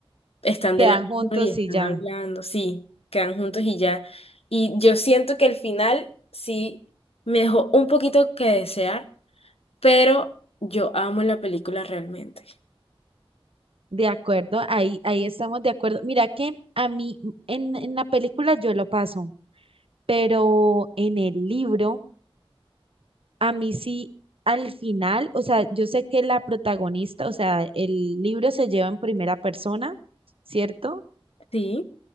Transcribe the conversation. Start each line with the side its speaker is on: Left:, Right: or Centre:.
Left: están
Right: quedan
Left: de la
Right: juntos
Left: mano y están
Right: y ya.
Left: hablando, sí, quedan juntos y ya. Y yo siento que el final sí me dejó un poquito que desear, pero yo amo la película realmente.
Right: De acuerdo, ahí, ahí estamos de acuerdo. Mira que a mí en, en la película yo lo paso. pero en el libro, a mí sí, al final, o sea, yo sé que la protagonista, o sea, el libro se lleva en primera persona, ¿cierto?
Left: Sí,